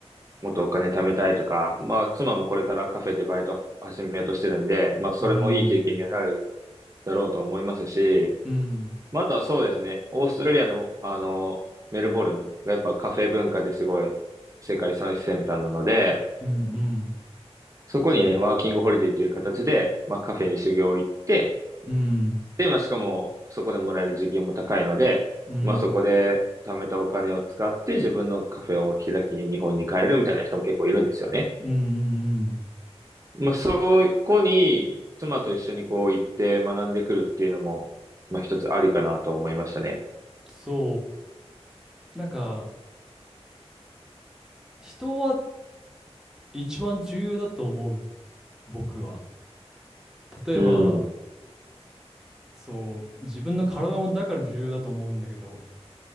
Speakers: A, on the right (about 30°); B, in the centre.
A: もっとお金貯めたいとか、まあ、妻もこれからカフェでバイトを始めようとしてるんで、まあ、それもいい経験にはなる
B: うんうん
A: だろうと思いますし、
B: うんうん
A: まあ、あとはそうですね、オーストラリアの、あの、メルボルンがやっぱカフェ文化ですごい世界最先端なので、
B: うん
A: そこにね、ワーキングホリデーという形で、まあ、カフェに修行行って、
B: うん
A: で、まあ、しかも、そこでもらえる時給も高いので、
B: う
A: まあ、そこで貯めたお金を使って自分のカフェを開きに日本に帰るみたいな人も結構いるんですよね。
B: んうん
A: まあ、そこに、妻と一緒にこう行って学んでくるっていうのも、まあ、一つありかなと思いましたね。
B: そうなんか人は一番重要だと思う僕は例えば
A: うん、
B: そう自分の体もだから重要だと思うんだけど